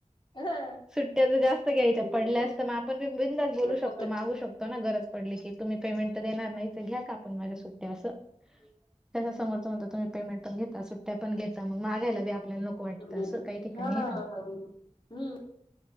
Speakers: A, on the left; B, in the centre.
A: हा
B: सुट्ट्या ज जास्त घ्यायच्या पडल्या
A: नाही मिळाली
B: असत, मग आपण बी बिनधास्त बोलू शकतो,
A: फुकट
B: मागू शकतो ना गरज पडली की तुम्ही पेमेंट तर देणार नाही, घ्या कापून माझ्या सुट्ट्या असं त्याच्या समर्थ म्हणतो तुम्ही पेमेंट पण घेता, सुट्ट्या पण घेता मग मागायला पण आपल्याला नको. नको वाटत,
A: हम्म.
B: अस काही ठिकाणी
A: हा
B: आहे ना‌
A: हम्म